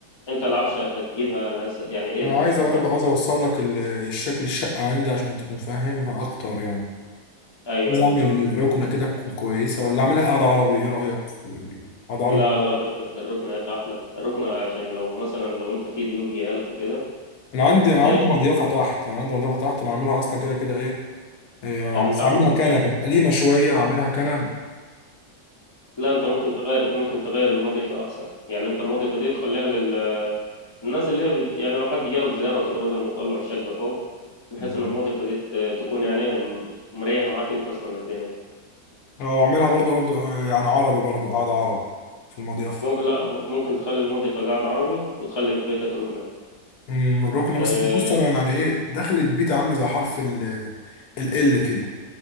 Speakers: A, on the left (about 20°); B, on the left (about 70°).
A: انت العفشه هتجيبها على أس... يعني ايه
B: انا
A: ال-
B: عايزه
A: مثلا
B: برضو عايز اوصل لك ال- الشكل الشقه عندي عشان تكون فاهمها اكتر يعني
A: ايوه
B: عايز
A: ايوه
B: اعمل
A: بالظبط
B: ركنه كده تكون كويسه ولا اعملها قاعده عربي ايه رايك في قاعده عربي
A: لا لا الركنه الركنه يا اخي احلى الركنه عشان لو مثلا لو انت في ضيوف جايلك وكده
B: انا عندي عندي
A: آه،
B: مضيفه تحت انا عندي مضيفه تحت انا عاملها اصلا كده كده ايه آه،
A: يعني انت
B: بس
A: عامل
B: عاملها كنب قديمه شويه عاملها كنب
A: لا انت ممكن تغير ممكن تغير المضيفة احسن يعني انت المضيفة دي تخليها للناس اللي هي بت... يعني لو حد جالك زيارة وكده بدل ما تطلع الشقة فوق بحيث
B: وفي
A: ان المضيفة دي ت- تكون يعني م- مريحة معاك انت اصلا الدنيا
B: هو عاملها برضه برضه يعني عربي برضه قاعدة عرب في المضيفة
A: ممكن لا ب- ممكن تخلي المضيفة قاعد عربي وتخلي في بيتك ركنة
B: أمم، الركنة
A: اه,
B: مثلا بص أنا يعني إيه دخلت بيتي عاملة زي حرف ال ال ال كده